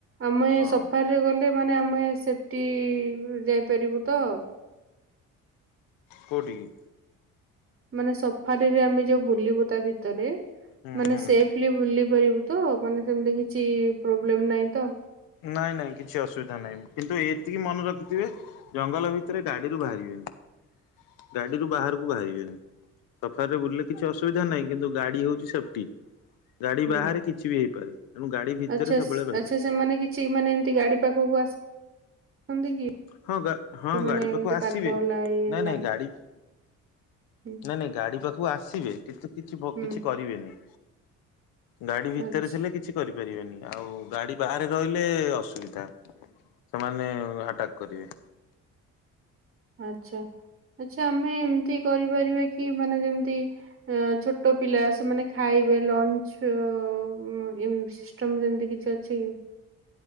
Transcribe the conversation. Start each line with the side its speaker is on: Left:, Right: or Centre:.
Right: ଆମେ ଏଇ
Left: ହଁ
Right: ସଫାର। ରେ ଗଲେ ମାନେ ଆମେ ସେଫ୍ଟି ଯାଇପାରିବୁ ତ?
Left: କୋଡ଼ିିକି
Right: ମାନେ ସଫାରିରେ ଆମେ ଯୋଉ ବୁଲିବୁ ତା ଭିତରେ
Left: ହୁଁ
Right: ମାନେ
Left: ହୁଁ
Right: ସେଫଲି ବୁଲି ପାରିବୁ। ତ ମାନେ ସେମିତି କିଛି ପ୍ରୋବ୍ଲେମ୍ ନାହିଁ ତ?
Left: ନାଇଁ ନାଇଁ କିଛି ଅସୁବିଧା ନାହିଁ କିନ୍ତୁ ଏତିକି ମନେ ରଖିଥିବେ। ଜଙ୍ଗଲ ଭିତରେ ଗାଡିରୁ ବାହାରିବେନି ଗାଡିରୁ ବାହାରକୁ ବାହାରିବେନି। ସଫାରିରେ ବୁଲିଲେ କିଛି ଅସୁବିଧା ନାହିଁ କିନ୍ତୁ ଗାଡ଼ି ହେଉଛି ସେଫ୍ଟି। ଗାଡି
Right: ହୁଁ
Left: ବାହାରେ କିଛି ବି ହେଇପାରେ ତେଣୁ ଗାଡି ଭିତରେ
Right: ଆଚ୍ଛା
Left: ସବୁବେଳେ
Right: ସ୍-
Left: ବାହିବ।
Right: ଆଚ୍ଛା ସେମାନେ କିଛି ମାନେ ଏମତି ଗାଡି ପାଖକୁ ଆସନ୍ତି କି?
Left: ହଁ ଗା ହଁ
Right: ମାନେ
Left: ଗାଡି
Right: ଏମିତି
Left: ପାଖକୁ ଆସିବେ
Right: ପାଘ ହେଲା ଇଏ ହେଲା।
Left: ନାଇଁ ନାଇଁ ଗାଡି
Right: ହୁଁ
Left: ନାଇଁ ନାଇଁ ଗାଡି ପାଖକୁ ଆସିବେ କିନ୍ତୁ କିଛି କିଛି
Right: ହୁଁ।
Left: କିଛି କରିବେନି। ଗାଡି ଭିତରେ
Right: ଆଚ୍ଛା
Left: ଥିଲେ କିଛି କରିପାରିବେନି ଆଉ ଗାଡି ବାହାରେ ରହିଲେ ଅସୁବିଧା। ସେମାନେ ଆଟାକ୍ କରିବେ।
Right: ଆଚ୍ଛା ଆଚଛା ଆମେ ଏମିତି କରିପାରିବା କି ମାନେ ଯେମ୍ତି। ଛୋଟ ପିଲା ସେମାନେ ଖାଇବେ ଲଞ୍ଚ୍ ସିଷ୍ଟମ୍ ଯେମ୍ତି କିଛି ଅଛି କି?